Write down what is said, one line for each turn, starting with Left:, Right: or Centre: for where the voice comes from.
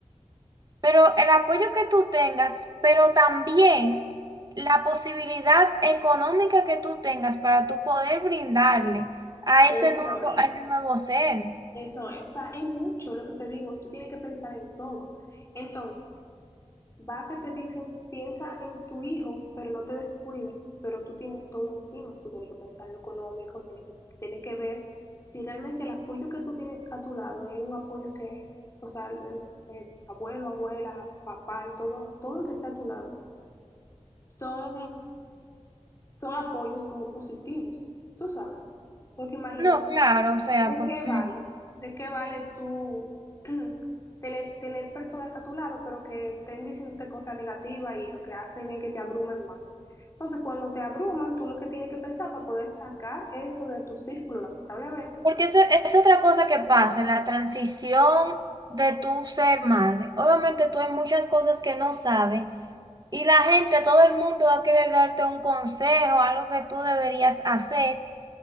Right: Pero el apoyo que tú tengas, pero también la posibilidad económica que tú tengas para tú poder brindarle a
Left: Eso
Right: ese nuevo,
Left: es.
Right: a ese nuevo ser.
Left: Eso es. O sea, es mucho lo que te digo y tú tienes que pensar en todo. Entonces. Va que te dicen, piensa en tu hijo, pero no te descuides, pero tú tienes todo encima, tú tienes que pensar en lo económico, tienes que, tienes que ver si realmente el apoyo que tú tienes a tu lado es un apoyo que, o sea, eh, eh, abuelo, abuela, papá y todo, todo el que está a tu lado, son, son apoyos como positivos, tú sabes, porque imagínate.
Right: No, claro, o sea,
Left: ¿De
Right: porque
Left: qué vale? ¿De qué vale tú <clears throat> tener, tener personas a tu lado, pero que estén diciéndote cosas negativas y lo que hacen es que te abrumen más? Entonces, cuando te abruman, tú lo que tienes que pensar para poder sacar eso de tu círculo, lamentablemente.
Right: Porque eso es otra cosa que pasa, la transición de tu ser madre. Obviamente tú hay muchas cosas que no sabes y la gente, todo el mundo va a querer darte un consejo, algo que tú deberías hacer,